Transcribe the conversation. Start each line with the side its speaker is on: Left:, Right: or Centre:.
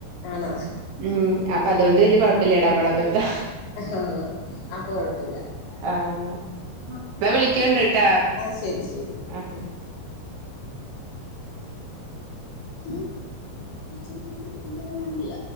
Left: ആണോ
Right: ഉം അപ്പൊ അതൊണ്ട് വല്ിയ കൊഴപ്പില്ല ഇടാപടാമ്പ എന്താ
Left: ആഹ അപ്പൊ കൊഴപ്പമില്ല
Right: ആഹ് ന്നാ വിളിക്കണ്ട് ട്ടാ
Left: ആഹ ശരി ശരി <unintelligible>
Right: ആഹ്
Left: ആഏ കുറച്ചപ്പ ഇരെ കണ്ടില്ല